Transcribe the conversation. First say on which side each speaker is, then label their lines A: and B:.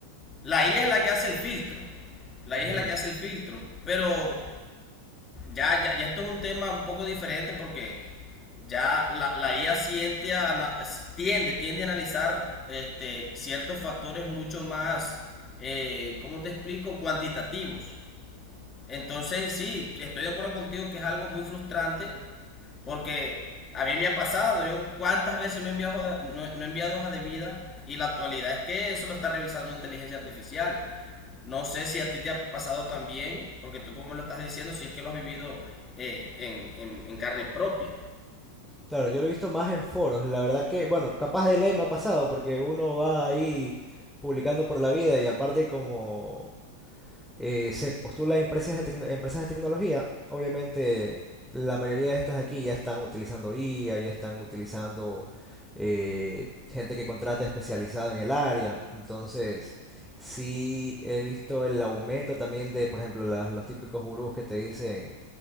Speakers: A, on the left; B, in the centre.
A: La IA es la que hace el filtro. La IA
B: ujú.
A: es la que hace el filtro. Pero ya, ya, ya esto es un tema un poco diferente porque ya la, la IA siente a ana- tiende, tiende a analizar este, ciertos factores mucho más, eh, ¿cómo te explico? Cuantitativos. Entonces, sí, estoy de acuerdo contigo que es algo muy frustrante porque a mí me ha pasado. Yo cuántas veces no he enviado, no, no he enviado hojas de vida y la actualidad es que eso lo está revisando inteligencia artificial. No sé si a ti te ha pasado también, porque tú como lo estás diciendo, si es que lo has vivido eh, en, en- en carne propia.
B: Claro, yo lo he visto más en foros. La verdad que, bueno, capaz de ley me ha pasado porque uno va ahí publicando por la vida y aparte como eh, se postula a empresas de, tecno- empresas de tecnología, obviamente la mayoría de estas de aquí ya están utilizando IA, ya están utilizando eh, gente que contrata especializada en el área. Entonces, sí he visto el aumento también de, por ejemplo, las- los típicos gurús que te dicen...